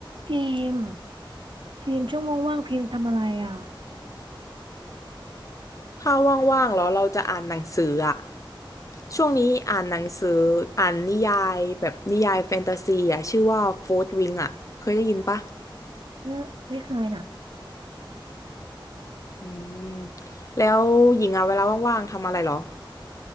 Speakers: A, on the right; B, on the left.
A: พิมพ์พิมพ์ช่วโมงว่างๆพิมพ์ทำอะไรอ่ะ
B: ถ้าว่างๆแล้วเราจะอ่านหนังสืออะช่วงนี้อ่านหนังสืออ่านนิยายแบบนิยายแฟนตาซีอะชื่อว่าโฟร์ w วิงอะเคยได้ยินปะ
A: เออไม่เคยน่ะ
B: อืมแล้วหญิงอะเวลาว่างๆทำอะไรเหรอ